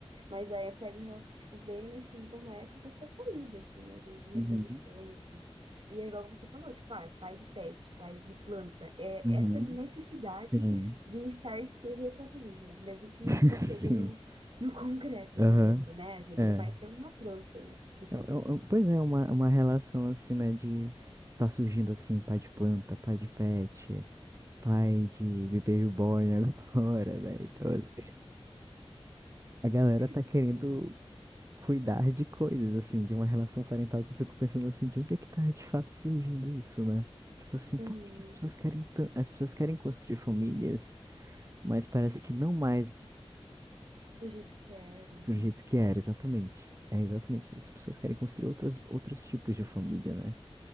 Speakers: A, on the right; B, on the right.
A: mas aí é pega, tipo, vê nesses bonecos essa saída, assim, né? De, de reprodução
B: uhum,
A: e tudo. E é igual você falou, tipo, ah, pai de pet, pai de planta. É
B: uhum.
A: essa necessidade
B: Sim.
A: de estar se reproduzindo, né? Mesmo que
B: <laughs>
A: não seja
B: Sim.
A: no, no <laughs> concreto, né?
B: Aham.
A: Porque às vezes, né, a gente
B: É, é.
A: não vai ser uma planta, né? Enfim,
B: É, é, é, Pois é, uma, uma relação assim, né, de tá surgindo assim, pai de planta, pai de pet, pai de bebê reborn agora, <laughs> velho. Então, assim, a galera tá
A: assim,
B: querendo cuidar de coisas, assim, de uma relação parental que eu fico pensando assim, de onde é que tá de fato surgindo isso, né? Tipo assim,
A: hum,
B: por que que as pessoas querem tan- as pessoas querem construir famílias, mas parece que não mais
A: do jeito que era,
B: do jeito que era,
A: né?
B: exatamente. É exatamente isso. As pessoas querem construir outras, outros tipos de família, né?